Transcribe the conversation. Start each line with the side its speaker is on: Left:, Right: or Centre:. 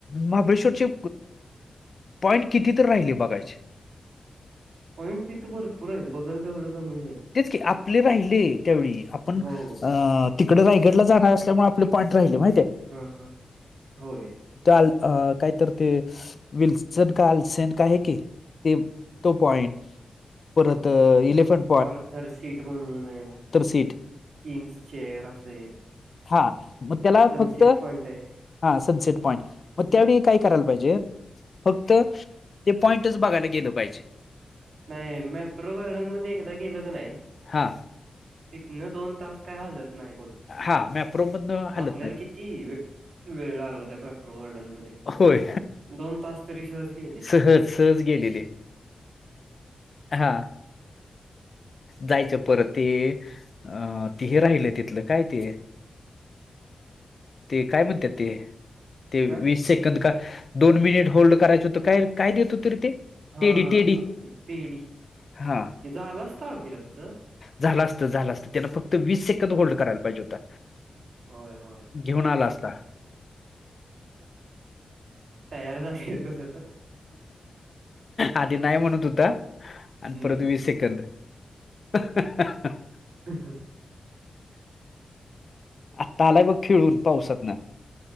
Left: महाबळेश्वरची अ पॉइंट किती तर राहिले बघायचे
Right: पॉईंट तिथं भरपूर आहेत बगल तेवढं कमीच आहे
Left: तेच की आपले राहिले त्यावेळी आपण
Right: हो.
Left: तिकडे रायगडला जाणार असल्यामुळे आपले पॉईंट राहिले माहि
Right: हा हा होय
Left: ल कायत ते विल्सन का आलसन का आहे की ते तो पॉईंट
Right: हो.
Left: परत इलेव्हन
Right: ऑर्थर सीट म्हणून आहे किंग्स
Left: सीट
Right: चेअर असं आहे
Left: हा मग त्याला
Right: सनसेट
Left: फक्त
Right: पॉइंट आहे.
Left: हा सनसेट पॉईंट मग त्यावेळी काय करायला पाहिजे फक्त ते पॉइंटच बघायला गेलं पाहिजे
Right: नाही मॅप्रो गार्डन मध्ये एकदा गेलं क नाही
Left: हां
Right: तिथन दोन तास काय हलत नाही कोण
Left: हा मॅप्रो मधन हलत
Right: आपल्याला
Left: नाहीत
Right: किती ती वेळ वेळ लागला त्या पेपर गार्डन मध्ये
Left: होय
Right: दोन तास तरी सहज केले
Left: सहज सहज गेलेले हा जायच परत ते अ तिही राहिल तिथलं काय ते ते काय म्हणतात ते ते
Right: काय?
Left: वीस सेकंद का दोन मिनिट होल्ड करायचं होत काय काय देत हो तरी ते
Right: हा
Left: टेडी
Right: हा
Left: टेडी
Right: हा त टडी
Left: हा
Right: तिथं आला असता फिरच
Left: झालं असतं झालं असतं त्यांना फक्त वीस सेकंद होल्ड
Right: होय.
Left: करायला पाहिजे होतता
Right: होय होय
Left: घेऊन आला असता
Right: तयार झालेेल कसं तर
Left: आधी नाही म्हणत होता आणि
Right: हम्म
Left: परत वीस सेकंद ह
Right: ह ह
Left: आत्ता आलाय बघ खेळून पावसात ना